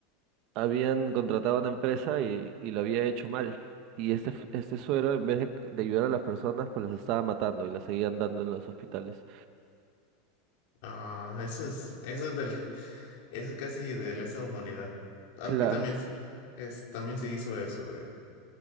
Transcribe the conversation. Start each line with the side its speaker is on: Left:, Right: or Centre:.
Right: habían contratado a una empresa y, y lo había hecho mal. Y este, f- este suero, en vez de, de ayudar a las personas, pues las estaba matando y las seguían dando en los hospitales.
Left: Ah, eso es, eso es del, eso es casi de lesa humanidad. Aquí
Right: Claro.
Left: también se, es, también se hizo eso de,